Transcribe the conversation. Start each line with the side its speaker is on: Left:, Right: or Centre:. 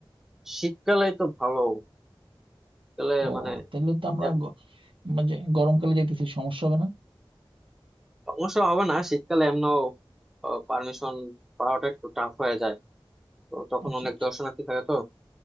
Centre: শীতকালে তো ভালো শীতকালে
Right: ও
Centre: মানে
Right: তাহলে তো আমরা
Centre: এ,
Right: গ- মানে গরমকালে যেতেছি সমস্যা হবে না
Centre: সমস্যা হবে না শীতকালে এমন পারমিশন পাওয়াটা একটু টাফ হয়ে যায় তো তখন
Right: আচ্ছা
Centre: অনেক
Right: আচ্ছা
Centre: দর্শনার্থী থাকে তো